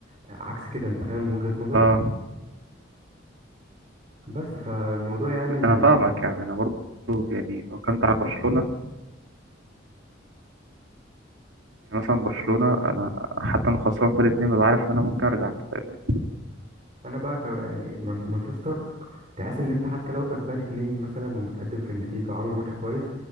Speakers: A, on the right; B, on the right.
A: عكس كده انت فاهم وجهه نظري
B: اه
A: بس فالموضوع يعني
B: أنا فاهمك يعني أنا برضه يعني لو كنت على برشلونة يعني مثلا برشلونة أنا حتى أنا خسران فرق اتنين ببقى عارف إن أنا ممكن أرجع أنت فاهمني
A: انا بقى ك- يعني مان- مانشستر تحس ان انت حتى لو كسبان اتنين مثلا ومتقدم في النتيجه وعامل ماتش كويس